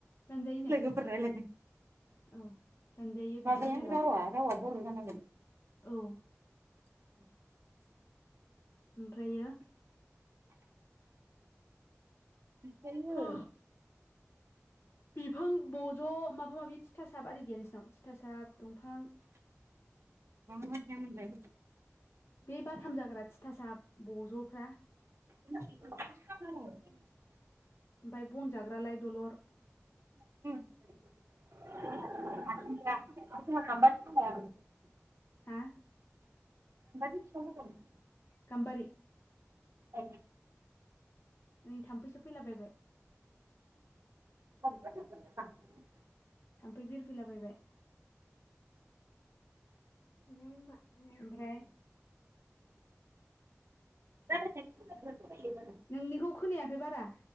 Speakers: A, on the left (about 55°); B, on the right (about 60°).
A: दानजायोनो
B: लोगोफोर राय्लायदों
A: औ दानजायो
B: माबाया
A: बिदि रायलायबा
B: रावा रावा बर' जानांगोन
A: औ
B: <inaudible>
A: ओमफ्रायो?
B: <inaudible>
A: हो बिफां ब ज' माबा माबि थिथासाब आर गैया नोंसिनाव थिथासाब दंफां?
B: मजानोलाय
A: बे बाथाम जाग्रा थिथासा बज'फ्रा?
B: इ <inaudible>
A: ओमफ्राय बन जाग्रालाय दलर?
B: <unintelligible>
A: हा?
B: <unintelligible>
A: गामबारि
B: औ
A: नै थाम्फैसो फैलाबायबाय।
B: <unintelligible>
A: थाम्फै बिरफैलाबायबाय <unintelligible> ओमफ्राय
B: <unintelligible>
A: नोंनिखौ खोनायाखै बारा